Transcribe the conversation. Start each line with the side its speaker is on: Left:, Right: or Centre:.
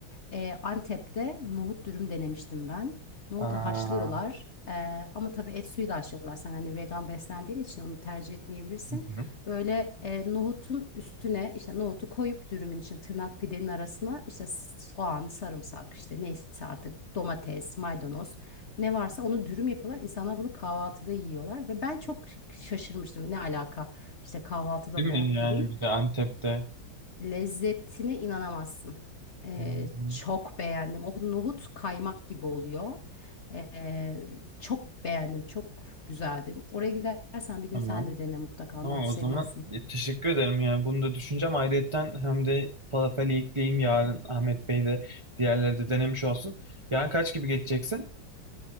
Left: Ee, Antep'te nohut dürüm denemiştim ben. Nohutu
Right: Aa,
Left: haşlıyorlar. Ee, ama tabii et suyuyla haşlıyorlar. Sen hani vegan beslendiğin için onu tercih etmeyebilirsin.
Right: hı hı.
Left: Böyle e, nohutun üstüne işte nohutu koyup dürümün için tırnak pidenin arasına işte soğan, sarımsak işte neyse artık domates, maydanoz ne varsa onu dürüm yapıyorlar. İnsanlar bunu kahvaltıda yiyorlar ve ben çok şaşırmıştım. Ne alaka? işte kahvaltıda
Right: Değil
Left: nohut
Right: mi? Yani
Left: dürüm.
Right: bir de Antep'te.
Left: Lezzetine inanamazsın. Ee,
Right: Hı hı.
Left: çok beğendim. O nohut kaymak gibi oluyor. Ee, çok beğendim. Çok güzeldi. Oraya gidersen bir gün
Right: Tamam.
Left: sen de dene mutlaka.
Right: Tamam
Left: Nohutu
Right: o
Left: seviyorsun.
Right: zaman e, teşekkür ederim yani bunu da düşüneceğim. Ayrıyetten hem de falafeli ekleyeyim yarın Ahmet Bey de diğerleri de denemiş olsun. Yarın kaç gibi geçeceksin?